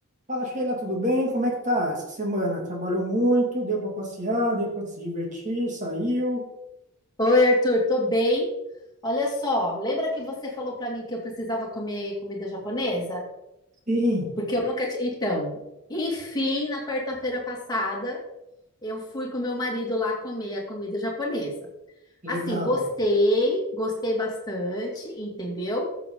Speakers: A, on the right (about 35°); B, on the left (about 15°).
A: Fala, Sheila, tudo bem? Como é que tá essa semana? Trabalhou muito? Deu para passear? Deu para se divertir? Saiu?
B: Oi, Arthur, tô bem. Olha só, lembra que você falou pra mim que eu precisava comer comida japonesa?
A: Sim,
B: Porque eu nunca tinha. Então, enfim, na quarta-feira passada, eu fui com meu marido lá comer a comida japonesa.
A: legal.
B: Assim, gostei, gostei bastante, entendeu?